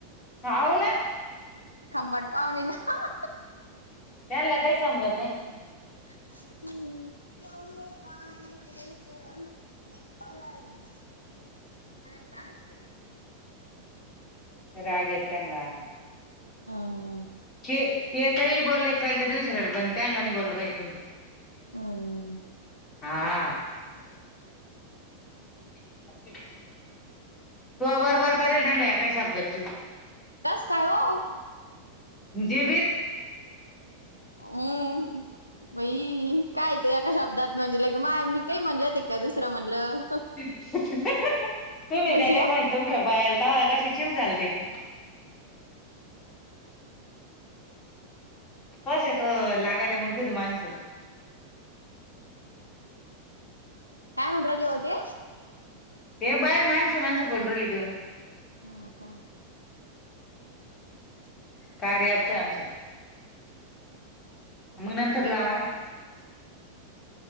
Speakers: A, on the left; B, on the left.
A: हाव ना.
B: खंबट पाहुणी ना
A: त्यांला काही समजत नाही.
B: हम्म <unintelligible>
A: राग हे त्यांना
B: हम्म.
A: चे ते काही बोले चालत दुसऱ्याला पण त्याला बोलल नाही कोणी
B: हम्म
A: हा तो बरोबर करेल त्यांना एका शब्दाची
B: असं काय हो?
A: जीबित
B: हम्. बई कायचं एका शब्दात म्हणजेला की मा मी काही म्हणलंत का दुसरं म्हणलं
A: तुम्ही
B: भैया
A: त्या त्या कोन तुमच्या बायाला तवा कशी चीव झालती मग कस येतो लागाय त्या मग तेत माणसं
B: काय म्हणून राहिले हो ते?
A: हे बाय मानस मानस बोलू राहिली ग
B: हा. आता
A: कारे आपचं आमचं मग नंतर लावा ना